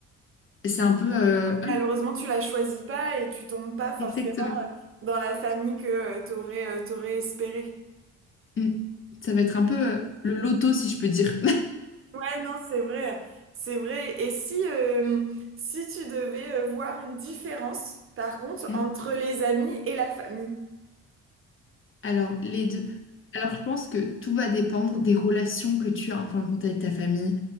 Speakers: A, on the left; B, on the right.
A: c'est un peu... euh, <laughs>
B: Malheureusement,
A: ouais,
B: tu la choisis pas et tu tombes pas forcément
A: exactement.
B: euh, dans la famille que tu aurais, espéré.
A: Mm. Ça va être un peu euh, le loto, si je peux dire.
B: Ouais, non, c'est vrai, c'est vrai. Et si, euh, si tu devais euh, voir une différence, par contre,
A: <laughs>
B: entre les amis et la famille,
A: Alors, les deux. Alors, je pense que tout va dépendre des relations que tu as en fin de compte avec ta famille.